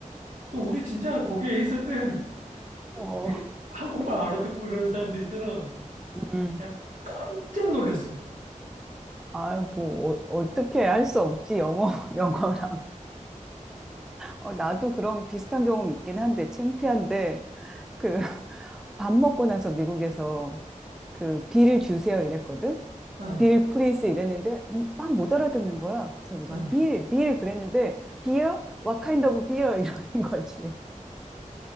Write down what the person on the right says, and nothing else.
그 우리 진짜 거기에 있었던
그 한국말 알아듣고 그러는 사람들 있잖아.
진짜 깜짝 놀랐어.
응,
응.